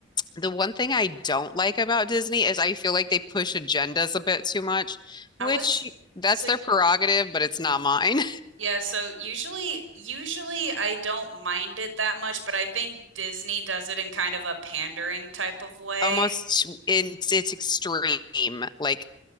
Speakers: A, on the left; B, on the right.
A: The one thing I don't like about Disney is I feel like they push agendas a bit too much, which
B: I was
A: that's
B: so
A: their prerogative, but it's not mine.
B: Yeah, so usually usually I don't mind it that much, but I think Disney does it in kind of a pandering type of
A: <laughs>
B: way.
A: Almost it's it's extreme, like